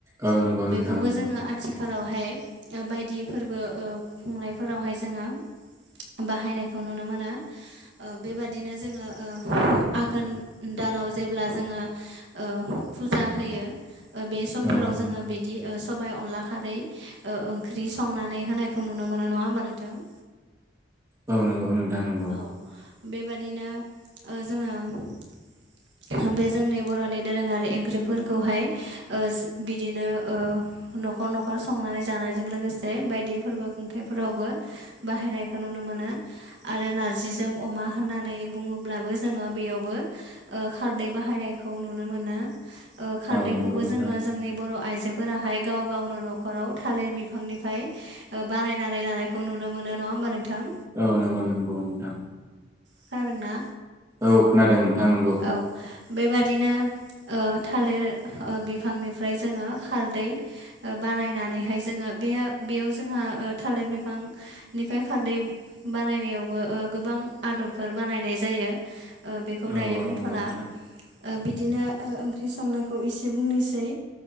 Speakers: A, on the right (about 20°); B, on the right (about 80°).
A: औ नंगौ नोंथां
B: खौबो
A: नंगौ
B: जोङो आथिखालावहाय ओ बायदि फोरबो ओ खुंनायफोरावहाय जोङो बाहायनायखौ नुनो मोनो ओ बेबादिनो जोङो ओ आघोन दान दानाव जेब्ला जोङो ओ फुजा होयो ओ बे समफोराव
A: औ
B: जोङो बिदि ओ सबाइ अनला खारै ओंख्रि ओ संनानै होनायखौ नुनो मोनो नङा होमबा नोंथां। <inaudible>
A: औ नंगौ नोंथां नंगौ
B: औ बेबादिनो ओ जोङो बे जोंनि बर'नि दोरोङारि ओंख्रिफोरखौहाय ओ बिदिनो ओ न'खर न'खर संनानै जानायजों लोगोसे बायदि फोरबो खुंथायाइफोरावबो बाहायनायखौ नु नुनो मोनो आरो नारजिजों अमा होननानै बुङोब्लाबो जोङो बेयावबो ओ खारदै बाहायनाय खौ नुनो मोनो ओ खारदैखौबो
A: औ नंगौ नोंथां
B: जोङो जोंनि बर' आइजोफोराहाय गाव गावनो न'खराव थालिर बिफांनिफ्राय ओ बानायनानै लानायखौ नुनो मोनो। नङा होमबा नोंथां
A: औ नंगौ नोंगौ नोंथां
B: खोनादोंना?
A: औ खोनादों नोंथां नंगौ
B: औ बेबादिनो ओ थालिर ओ बिफांनिफ्राय जोङो खारदै ओ बानायनानैहाय जोङो। बे बेयाव जोंहा ओ थालिर बिफांनिफ्राय खारदै बानायनायावबो ओ गोबां आदबफोर बानायनाय जायो बेखौ
A: औ
B: दायो
A: औ
B: बुंथ'ला
A: नंगौ नोंथां
B: बिदिनो ओंख्रि संनायखौ एसे बुंनोसै